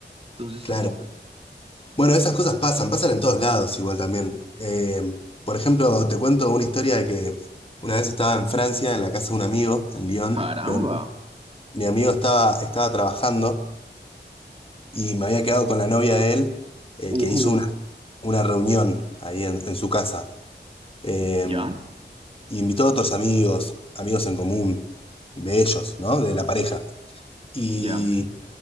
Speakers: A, on the right; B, on the left.
A: Entonces,
B: claro.
A: así pues,
B: Bueno, esas cosas pasan, pasan en todos lados igual también. Eh, por ejemplo, te cuento una historia de que una vez estaba en Francia, en la casa de un amigo, en Lyon,
A: caramba,
B: pero mi, mi amigo estaba, estaba trabajando y me había quedado con la novia de él, eh,
A: ujú,
B: que hizo una, una reunión ahí en, en su casa. Eh,
A: ¿ya?
B: invitó a otros amigos, amigos en común, de ellos, ¿no? De la pareja. y
A: Ya,